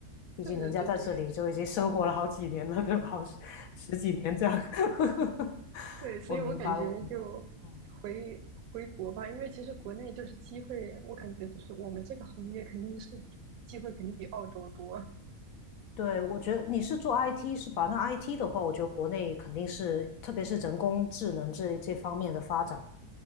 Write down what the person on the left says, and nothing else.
毕竟人家在这里就已经生活了好几年了，
对吧？好十十几年这样。<laughs>
我明白，我明白。嗯，
对，我觉得你是做 IT 是吧？那 IT 的话，我觉得国内肯定是，特别是人工智能这这方面的发展，